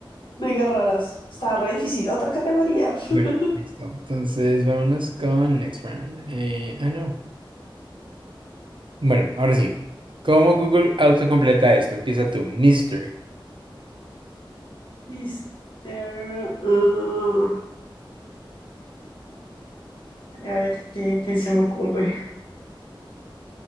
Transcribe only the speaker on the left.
mega raras. Está re difícil. Otra categoría. <laughs>
Mister, ah, a ver, ¿qué, qué se me ocurre?